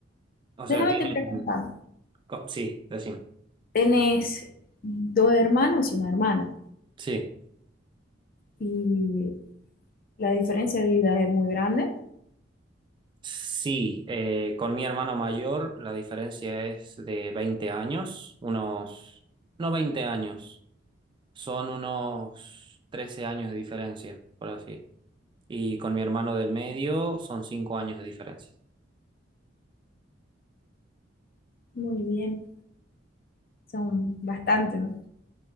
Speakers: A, on the right; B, on the left.
A: O sea,
B: Déjame
A: tienen...
B: te preguntar,
A: co- Sí, decime.
B: ¿tenés dos hermanos y una hermana?
A: Sí.
B: Y la diferencia de edad es muy grande.
A: Sí, eh, con mi hermano mayor la diferencia es de 20 años, unos, no 20 años, son unos 13 años de diferencia, por así. Y con mi hermano del medio son 5 años de diferencia.
B: Muy bien, son bastante, ¿no?